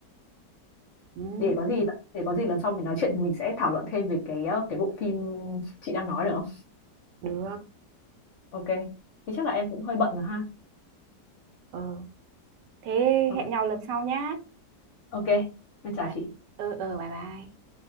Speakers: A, on the right; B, on the left.
A: Ừ,
B: Để có gì để có gì lần sau mình nói chuyện thì mình sẽ thảo luận thêm về cái ờ, cái bộ phim chị đang nói được không?
A: được.
B: Ok. Thì chắc là em cũng hơi bận rồi ha.
A: Ờ, thế
B: Ok.
A: hẹn nhau lần sau nhá.
B: Ok. Em chào
A: Bye.
B: chị.
A: Ừ ừ bye bye.